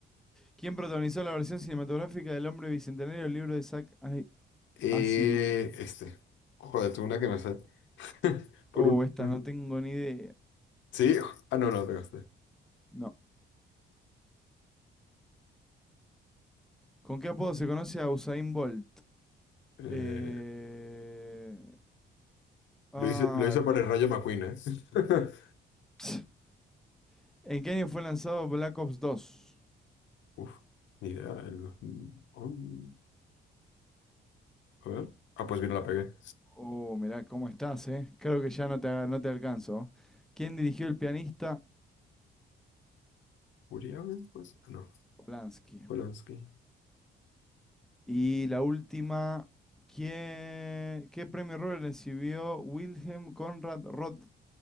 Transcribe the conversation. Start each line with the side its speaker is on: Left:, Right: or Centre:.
Centre: ¿Quién protagonizó la versión cinematográfica del Hombre Bicentenario del libro de Isaac Ay-
Left: Eh,
Centre: Asimov?
Left: este. Joder, tengo una que me sé. <laughs> Por
Centre: Oh,
Left: una.
Centre: esta
Left: que me
Centre: no
Left: sé.
Centre: tengo ni idea.
Left: Sí, ah, no, no, la pegaste.
Centre: No. ¿Con qué apodo se conoce a Usain Bolt?
Left: Eh,
Centre: Eh... Ah,
Left: lo hice, lo hice
Centre: like-
Left: por el Rayo McQueen, ¿eh? <laughs>
Centre: <tsk> ¿En qué año fue lanzado Black Ops 2?
Left: Uf, ni idea. el- on- A ver. Ah, pues bien, la pegué.
Centre: Oh, mirá cómo estás, ¿eh? Creo que ya no te, aga- no te alcanzo. ¿Quién dirigió el pianista?
Left: Urián, pues. ah, No,
Centre: Polanski.
Left: Polanski.
Centre: Y la última, ¿quién, qué premio Nobel recibió Wilhelm Conrad Roth-